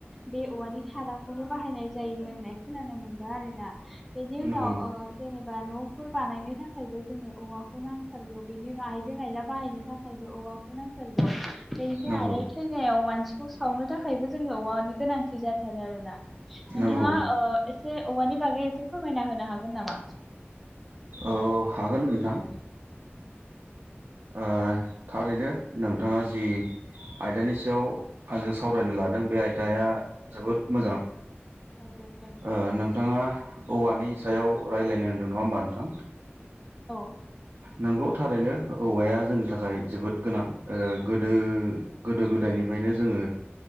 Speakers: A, in the centre; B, on the right.
A: बे औवानि खादाखौनो बाहायनाय जायोमोनो। खोनानो मोनदों आरो ना। बेदि उनाव
B: नंगौ
A: ओ जेनेब बा न'फोर बानायनो थाखायबो जोंङो औवाखौ नांथारगौ बेनि बाय आइजें आयला बानायनो थाखायबो औवाखौ नांथारगौ। बेनिफ्राय
B: नंगौ
A: आरो थैनायाव मानसि सिखौ सावनो थाखायबो जोंङो औवानि गोनांथि जाथारो आरो ना। नोंथांङा
B: नंगौ
A: ओ। एसे औवानि बागै एसे फोरमायना होनो हागोन नामा?
B: औ हागोन नोंथां ओ थारैनो नोंथाङा जि आयदानि सेयाव आंजों सावरायनो लादों बे आयदाया जोबोद मोजां।
A: औ दे बुंलाय नोंथां
B: ओ नोंथाङा औवानि सायाव रायलायनो होनदों नङा होमबा नोंथां।
A: औ।
B: नोंगौ थारैनो औवाया जोंनि थाखाय जोबोद गोनां ओ गोदो गोदो गोदायनिफायनो जोंङो